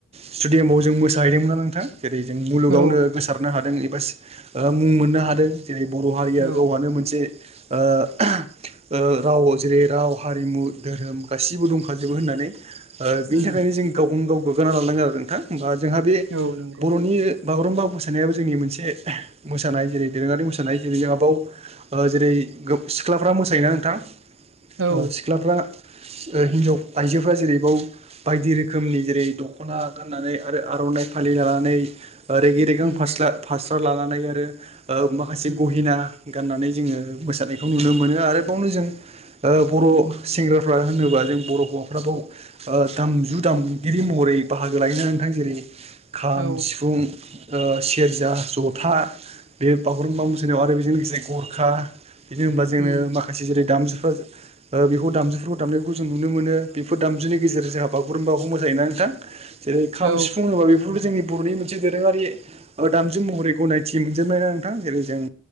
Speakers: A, on the right; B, on the right.
A: स्टुडियामाव जों मोसाहैदोंमोना नोंथां? जेरै जों मुलुगावनो
B: औ
A: गोसारनो हादों एबा सि मुं मोननो हादों। जेरै बर' हारिया
B: औ
A: गावहानो मोनसे ओ ओ राव जेरै राव हारिमु धोरोम गासिबो दंखाजोबो होननानै ओ बिनि
B: उम
A: था गावखौनो गाव गोग्गाना लानांगोन आरो नोंथां होमबा जोंहा बे
B: औ नंगौ
A: बर'नि बागुरुम्बा मोसानायाबो जोंनि मोनसे मोसानाय जेरै दोरोङारि मोसानाय जेरै जोंहा बाव जेरै गोब सिख्लाफ्रा मोसायोना नोंथां
B: औ
A: ओ सिख्लाफ्रा ओ हिनजाव आइजोफ्रा जेरै बायदि रोखोमनि जेरै दख'ना गाननानै आरो आर'नाइ फालि लानानै ओ रेगि रेगां
B: उम
A: फास्ला फास्रा लानानै आरो ओ माखासे
B: उम
A: गहिना गाननानै जोङो मोसानायखौ नुनो मोनो आरोबावनो जों ओ बर' सेंग्राफ्रा होनोबा जों बर' हौवाफ्रा बाव ओ दामजु दामगिरि महरै बाहागो लायोना नोंथां जेरै खाम
B: औ
A: सिफुं ओ सेरजा जथा बे बागुरुम्बा मोसानायाव आरो बेजों लोगोसे गरखा बिदिनो होनब्ला जोंनो
B: उम
A: माखासे जेरै दामजु फोर ओ बेखौ दामजुफोरखौ दामनायफोरखौ जों नुनो मोनो बेफोर दामजुनि गेजेरजों जोंहा बागुरुम्बाखौ मोसायोना नोंथां जेरै खाम
B: औ
A: सिफुं होनोबा बेफोरबो जोंनि बर'नि मोनसे दोरोङारि ओ दामजु महरै गनायथि मोनजोबनायना नोंथां जेरै जों